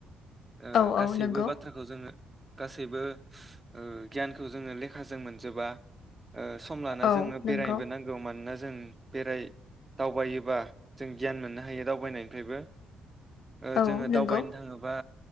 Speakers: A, on the right; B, on the left.
A: ओ
B: औ
A: गासैबो
B: औ नंगौ
A: बाथ्राखौ जोंङो गासैबो ओ गियानखौ जोंङो लेखाजों मोनजोबा ओ सम लाना
B: औ
A: जोंङो बेरायनोबो
B: नंगौ
A: नांगौ मानोना जो जों बेराय दावबायोबा जों गियान मोननो हायो दावबायनायनिफ्रायबो ओ
B: औ
A: जोंङो
B: नंगौ
A: दावबायनो थांङोबा